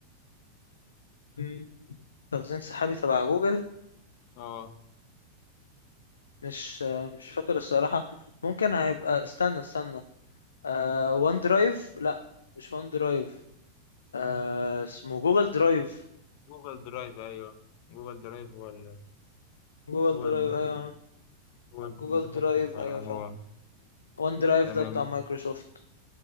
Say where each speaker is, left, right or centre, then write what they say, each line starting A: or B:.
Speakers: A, on the left; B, on the left.
A: مم. تخزين سحابي تبع جوجل
B: آه
A: مش مش فاكر الصراحة ممكن هيبقى استنى استنى آه وان درايف لا مش وان درايف آه اسمه جوجل درايف
B: جوجل درايف أيوه جوجل درايف هو ال
A: جوجل
B: هو
A: درايف
B: الم...
A: ايوه
B: هو المتحكم
A: جوجل درايف
B: آه
A: ايوه
B: هو
A: فاهم وان درايف
B: تمام
A: ده بتاع مايكروسوفت